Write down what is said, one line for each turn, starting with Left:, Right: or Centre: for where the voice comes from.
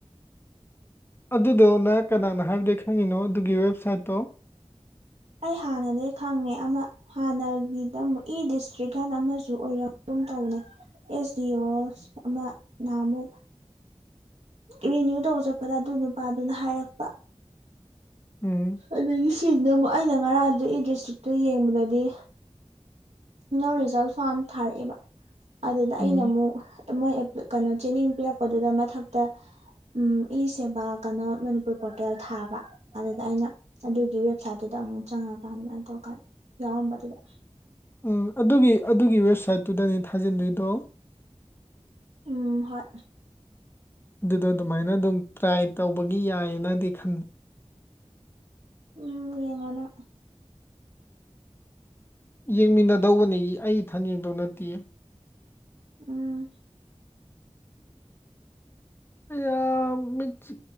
Left: ꯑꯗꯨꯗꯣ ꯅ ꯀꯅꯥꯅ ꯍꯥꯏꯕꯗ ꯈꯪꯉꯤꯅꯣ ꯑꯗꯨꯒꯤ ꯋꯦꯕꯁꯥꯏꯠꯇꯣ
Right: ꯑꯩ ꯍꯥꯟꯅꯗꯒꯤ ꯈꯪꯉꯦ ꯑꯃ ꯍꯥꯟꯅꯒꯤꯗꯛ ꯏ ꯗꯤꯁꯇ꯭ꯔꯤꯛꯀꯥꯟꯅ ꯑꯃꯁꯨ ꯑꯣꯏꯔꯒꯨꯝ ꯇꯧꯅꯦ ꯑꯦꯁ ꯗꯤ ꯑꯣ ꯑꯃ ꯅꯍꯃꯨ ꯔꯤꯅ꯭ꯌꯨ ꯇꯧꯕ ꯆꯠꯄꯗ ꯑꯗꯨ ꯅꯨꯄꯥꯗꯨꯅ ꯍꯥꯏꯔꯛꯄ
Left: ꯎꯝ
Right: ꯑꯗꯒꯤ ꯁꯤꯖꯤꯅ ꯑꯃꯨꯛ ꯑꯩꯅ ꯉꯔꯥꯡ ꯑꯗꯨ ꯏ ꯗꯤꯁꯇ꯭ꯔꯤꯛꯇꯨ ꯌꯦꯡꯕꯗꯗꯤ ꯅꯣ ꯔꯤꯖꯜ ꯐꯥꯎꯟ ꯊꯥꯔꯛꯏꯕ ꯑꯗꯨꯗ ꯑꯩꯅ
Left: ꯎꯝ
Right: ꯑꯃꯨꯛ ꯃꯣꯏ ꯑꯦꯞ ꯀꯩꯅꯣ ꯆꯦꯅꯤꯡ ꯄꯤꯔꯛꯄꯗꯨꯗ ꯃꯊꯛꯇ ꯎꯝ ꯏꯁꯦꯕ ꯀꯩꯅꯣ ꯃꯅꯤꯄꯨꯔ ꯄꯣꯔꯇꯦꯜ ꯊꯥꯕ ꯑꯗꯨꯗ ꯑꯩꯅ ꯑꯗꯨꯒꯤ ꯋꯦꯕꯁꯥꯏꯠꯇꯨꯗ ꯑꯃꯨꯛ ꯆꯪꯉꯒ ꯑꯗꯨꯃꯥꯏꯅ ꯇꯧꯔꯀꯥꯟꯗ ꯌꯥꯎꯔꯝꯕꯗꯨꯗ
Left: ꯎꯝ ꯑꯗꯨꯒꯤ ꯑꯗꯨꯒꯤ ꯋꯦꯕꯁꯥꯏꯠꯇꯨꯗꯅꯤ ꯊꯥꯖꯤꯟꯗꯣꯏꯗꯣ
Right: ꯎꯝ ꯍꯣꯏ
Left: ꯑꯗꯨꯗꯣ ꯑꯗꯨꯃꯥꯏꯅ ꯑꯗꯨꯝ ꯇ꯭ꯔꯥꯏ ꯇꯧꯕꯒꯤ ꯌꯥꯏꯌꯦꯅꯗꯤ ꯈꯟꯕ
Right: ꯎꯝ ꯌꯦꯡꯉꯣꯅ
Left: ꯌꯦꯡꯃꯤꯟꯅꯗꯧꯕꯅꯤ ꯑꯩ ꯏꯊꯟ ꯌꯦꯡꯗꯧ ꯅꯠꯇꯤꯌꯦ
Right: ꯎꯝ
Left: ꯑ ꯃꯤꯆ